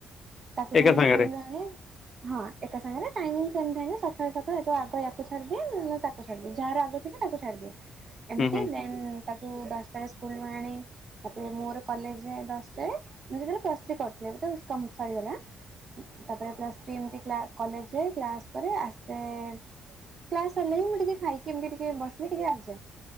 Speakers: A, on the right (about 45°); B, on the left (about 45°).
A: ତାକୁ ଫୁଣି
B: ଏକା ସାଙ୍ଗରେ
A: ସ୍କୁଲରୁ ଆଣେ ହଁ। ଏକା ସାଙ୍ଗେରେ ଟାଇମିଙ୍ଗ ସେମିତି ହଏନି ସଖାଳେ ସଖାଳେ ତ ଆଗ ୟାକୁ ଛଡ଼ିିଦିଏ। ନହେଲେ ତାକୁ ଛଡ଼ିଦିଏ ଯାହାର ଆଗ ଥିବ ତାକୁ ଛାଡିଦିଏ। ଏମତି
B: ହୁଁ ହୁଁ
A: ଦେନ୍ ତାକୁ ଦଶଟାରେ ସ୍କୁଲ୍ ରୁ ଆଣେ। ତାପରେ ମୋର କଲେଜ୍ ଯାଏ ଦଶଟାରେ ମୁଁ ଯେତେବେଳେ ପ୍ଲସ ଥ୍ରି କରୁଥିଲି, ଏବେ ତ ଉସକମ ସରିଗଲା। ତାପରେ ପ୍ଲସ୍ ଥ୍ରୀ ଏମତି କ୍ଲା କଲେଜ୍ ଯାଏ କ୍ଲାସ୍ କରେ ଆସେ କ୍ଲାସ୍ ସରିଲେ ମୁଁ ଟିକେ ଖାଇକି ଏମତି ଟିକେ ବସିକି ଟିକେ ଆସିଯାଏ।